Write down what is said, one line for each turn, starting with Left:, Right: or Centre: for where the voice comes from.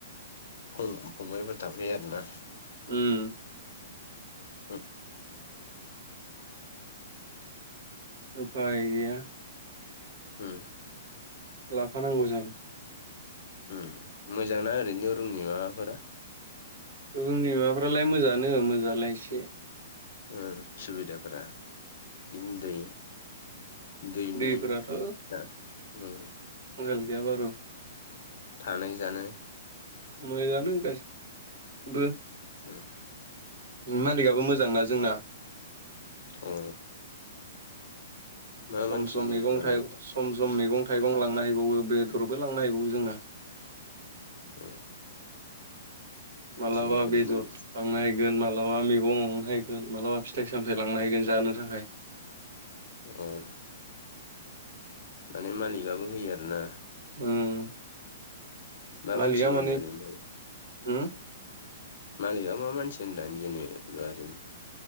Left: फं-फंबायफोर थाफैयो आरोना।
Right: उम।
Left: उम
Right: उफाय गैया।
Left: ओम।
Right: लाफानांगौ जाबाय।
Left: ओम मोजां ना ओरैनो रुमनि माबाफोरा?
Right: रुमनि माबाफ्रालाय मोजाङानो मोजालाय एसे।
Left: ओ सुबिदाफोरा इनि दै। दैनि
Right: दैफोराथ'
Left: <unintelligible> ओम
Right: आंखाल गैया बारु
Left: थानाय जानाय
Right: मोजाङानो गासिबो।
Left: होम।
Right: मालिकआबो मोजांना जोंना।
Left: अ। मा
Right: सम
Left: मानसि
Right: सम
Left: जेनेबा
Right: मैगं
Left: मालिकआ
Right: थगं, सम सम मैगं थाइगं लांना हैैबावो बेदरबो लांना हैबावो जोंना।
Left: हम।
Right: मालाबा
Left: ओरैनो
Right: बेदर
Left: मालिकआ
Right: लांना हैगोन, मालाबा मैगं लांहैगोन, मालाबा फिथाइ सामथाय लांन हैगोन जानो थाखाय।
Left: अम। माने मालिकआबो होयो आरोना?
Right: ओं
Left: मा
Right: मालिका
Left: मानसि
Right: माने,
Left: जेनेबा ओरैनो
Right: हो?
Left: मालिकआ मा मानसि होनदों जेनेबा ओरैनो